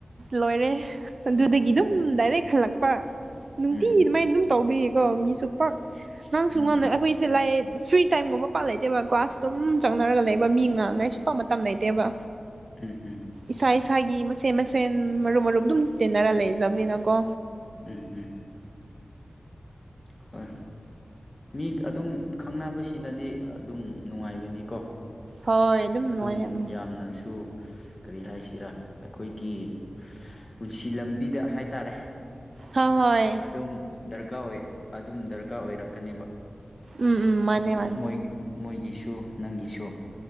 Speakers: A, on the right; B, on the left.
A: ꯂꯣꯏꯔꯦ ꯑꯗꯨꯗꯒꯤ
B: ꯎꯝ
A: ꯑꯗꯨꯝ ꯗꯥꯏꯔꯦꯛ ꯍꯜꯂꯛꯄ ꯅꯨꯡꯇꯤꯒꯤ
B: ꯎꯝ
A: ꯑꯗꯨꯃꯥꯏꯟ ꯑꯗꯨꯝ ꯇꯧꯕꯤꯒꯤꯀꯣ ꯃꯤꯁꯨ ꯄꯛ ꯉꯥꯡꯁꯨ
B: ꯎꯝ
A: ꯉꯅ ꯑꯩꯈꯣꯏꯁꯦ ꯂꯥꯏꯑ ꯐ꯭ꯔꯤ ꯇꯥꯏꯝꯒꯨꯝꯕ ꯄꯥ ꯂꯩꯇꯦꯕ ꯀ꯭ꯂꯥꯁ ꯑꯗꯨꯝ ꯆꯪꯅꯔꯒ ꯂꯩꯕ ꯃꯤ ꯉꯥꯡꯉꯥꯏꯁꯨ ꯄꯥꯛ ꯃꯇꯝ ꯂꯩꯇꯦꯕ
B: ꯎꯝ ꯍꯝ
A: ꯏꯁꯥ ꯏꯁꯥꯒꯤ ꯃꯁꯦꯟ ꯃꯁꯦꯟ ꯃꯔꯨꯞ ꯃꯔꯨꯞ ꯑꯗꯨꯝ ꯇꯤꯟꯅꯔ ꯂꯩꯖꯕꯅꯤꯅꯀꯣ
B: ꯎꯝ ꯎꯝ ꯍꯣꯏ ꯃꯤ ꯑꯗꯨꯝ ꯈꯪꯅꯕꯁꯤꯅꯗꯤ ꯑꯗꯨꯝ ꯅꯨꯡꯉꯥꯏꯕꯅꯤꯀꯣ
A: ꯍꯣꯏ
B: ꯑꯗꯨꯝ
A: ꯅꯨꯡꯉꯥꯏꯌꯦ ꯎꯝ
B: ꯌꯥꯝꯅꯁꯨ ꯀꯔꯤ ꯍꯥꯏꯁꯤꯔ ꯑꯩꯈꯣꯏꯒꯤ ꯄꯨꯟꯁꯤ ꯂꯝꯕꯤꯗ ꯍꯥꯏꯇꯥꯔꯦ
A: ꯍꯥ ꯍꯣꯏ
B: ꯑꯗꯨꯝ ꯗꯔꯀꯥꯔ ꯑꯣꯏ ꯑꯗꯨꯝ ꯗꯔꯀꯥꯔ ꯑꯣꯏꯔꯛꯀꯅꯦꯕ
A: ꯎꯝ ꯎꯝ ꯃꯥꯅꯦ
B: ꯃꯣꯏꯒꯤ
A: ꯃꯥꯅꯦ
B: ꯃꯣꯏꯒꯤ ꯃꯣꯏꯒꯤꯁꯨ ꯅꯪꯒꯤꯁꯨ